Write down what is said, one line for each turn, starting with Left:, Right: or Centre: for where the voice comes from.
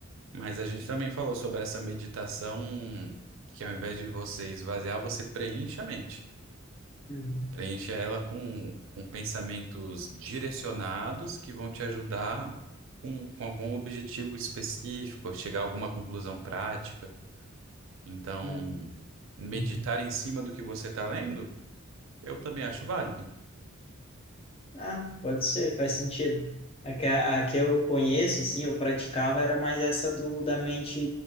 Right: mas a gente também falou sobre essa meditação que ao invés de você esvaziar, você preenche a mente.
Left: Uhum.
Right: Preencha ela com, com pensamentos direcionados que vão te ajudar com, com algum objetivo específico, chegar a alguma conclusão prática. Então,
Left: Uhum.
Right: meditar
Left: Uhum.
Right: em cima do que você está lendo, eu também acho válido.
Left: Ah, pode ser, faz sentido. A que, a que eu conheço, assim, eu praticava era mais essa do da mente